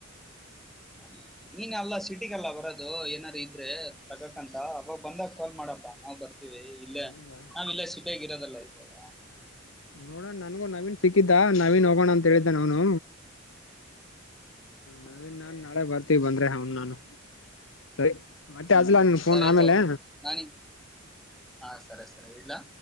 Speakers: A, in the centre; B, on the left.
A: ಹಾ. <unintelligible> ನೀನ್ ಅಲ್ಲಾ ಸಿಟಿಗೆಲ್ಲ ಬರೋದು ಏನಾರ ಇದ್ರೆ ತಗಕಂತ ಅವಾಗ ಬಂದಾಗ ಕಾಲ್ ಮಾಡಪ್ಪಾ ನಾವು ಬರ್ತವಿ. ಇಲ್ಲೇ
B: ಹೌದಾ
A: ಹಾ ನಾವಿಲ್ಲಿ ಸಿಟಿಯಾಗೆ ಇರೋದಲ್ಲ ಇವಾಗ.
B: ನೋಡೋಣ ನನ್ಗೂ ನವೀನ್ ಸಿಕ್ಕಿದ್ದ ನವೀನ್ ಹೋಗೋಣ ಅಂತ ಹೇಳಿದ್ದ ಅವನು.
A: <inaudible>
B: ನವೀನ್ ನಾನ್ ನಾಳೆ ಬರ್ತೀವಿ ಬಂದ್ರೆ ಅವನ್ ನಾನು ಸರಿ. ಮತ್ತೆ
A: ಹ್ಮ್
B: ಅಚ್ಚಲ ನಾನ್ ಫೋನ್
A: ಸರಿ
B: ಆಮೇಲೆ.
A: ತಗೋ ನಾನಿ ಹಾ ಸರೆ ಸರೆ ಇಡ್ಲಾ.